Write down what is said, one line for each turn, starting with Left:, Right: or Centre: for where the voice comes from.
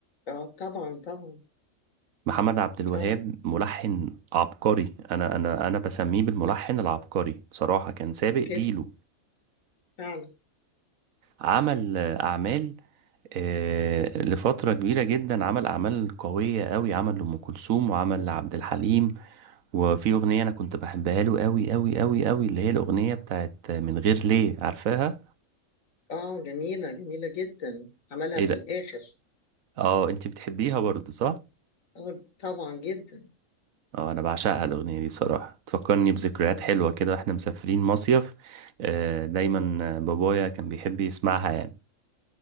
Left: اه طبعا طبعا
Right: محمد عبد الوهاب
Left: اه
Right: ملحن عبقري انا انا انا بسميه بالملحن العبقري بصراحة كان سابق
Left: جد
Right: جيله
Left: فعلا
Right: عمل آه، اعمال آه، لفترة كبيرة جدا عمل أعمال قوية قوي عمل لأم كلثوم وعمل لعبد الحليم وفي أغنية أنا كنت بحبها له قوي قوي قوي قوي اللي هي الأغنية بتاعت من غير ليه عارفاها
Left: اه جميلة جميلة جدا عملها
Right: ايه
Left: في
Right: ده
Left: الآخر
Right: اه انتي بتحبيها برضو صح
Left: اه طبعا جدا
Right: اه انا بعشقها الاغنيه دي بصراحه تفكرني بذكريات
Left: مم.
Right: حلوه كده واحنا مسافرين مصيف آه، دايما
Left: مم.
Right: آه، بابايا كان بيحب يسمعها يعني